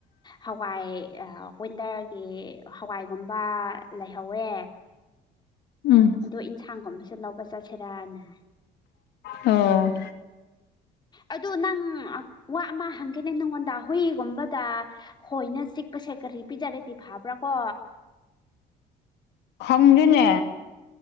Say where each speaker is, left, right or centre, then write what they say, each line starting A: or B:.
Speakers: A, on the left; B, on the left.
A: ꯍꯋꯥꯏ ꯀꯋꯤꯟꯗꯔꯒꯤ ꯍꯋꯥꯏ ꯝꯕ ꯂꯩꯍꯧꯋꯦ
B: ꯎꯝ
A: ꯑꯗꯣ ꯏꯟꯁꯥꯡꯒꯨꯝꯕꯁꯨ ꯂꯧꯕ ꯆꯠꯁꯤꯔꯅ
B: ꯑꯣ
A: ꯑꯗꯨ ꯅꯪ ꯋꯥ ꯑꯃ ꯍꯪꯒꯦꯅꯦ ꯅꯪꯉꯣꯟꯗ ꯍꯨꯏꯒꯨꯝꯕꯗ ꯍꯣꯏꯅ ꯆꯤꯛꯄꯁꯦ ꯀꯔꯤ ꯄꯤꯖꯔꯗꯤ ꯐꯕ꯭ꯔꯥ ꯀꯣ
B: ꯈꯪꯗꯦꯅꯦ